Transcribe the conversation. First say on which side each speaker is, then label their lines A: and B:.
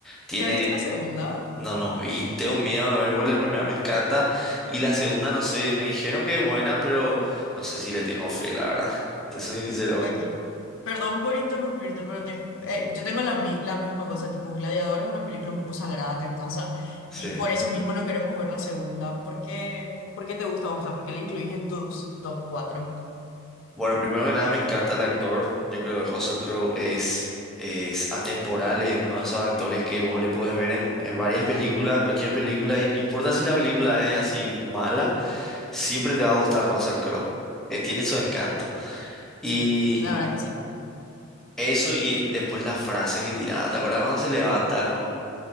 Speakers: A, in the centre; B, on the left (about 75°).
A: Tiene,
B: ¿ya viste la segunda?
A: no, no, y tengo miedo de ver, pues la primera me encanta y la segunda, no sé, me dijeron que es buena, pero no sé si le tengo fe, la verdad, te soy sincero,
B: Aquí. Perdón por interrumpirte, pero te- eh, yo tengo la, mi- la misma cosa, tipo Gladiador es una película un poco sagrada acá en casa
A: sí.
B: y por eso mismo no queremos ver la segunda. ¿Por qué, por qué te gusta? O sea, ¿por qué la incluís en tus top 4?
A: Bueno, primero que nada me encanta el actor. Yo creo que Russell Crowe es, es atemporal, es uno de esos actores que vos le podés ver en, en varias películas, en cualquier película, y no importa si la película es así mala, siempre te va a gustar Russell Crowe. Eh, tiene su encanto. Y
B: Sí, la verdad que sí.
A: eso y después las frases que tiraba. ¿Te acuerdas cuando se levanta con,